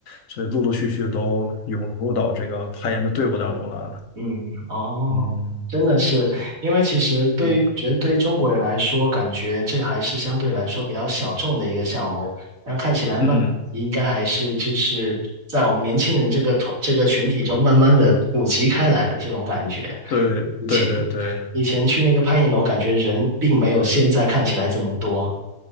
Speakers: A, on the left (about 70°); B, on the right (about 80°).
A: 所以陆陆续续都涌入到这个攀岩的队伍当中来了。
B: 嗯，哦，
A: 嗯，
B: 真的是，
A: 所以
B: 因为其实对于我觉得对于中国人来说，
A: 嗯
B: 感觉这还是相对来说比较小众的一个项目，但看起来慢应该还是就是在我们年轻人这个团这个群体中慢慢的普及开来的这种感觉。
A: 嗯。对对对对，
B: 以前以前去那个攀岩楼，感觉人并没有现在看起来这么多。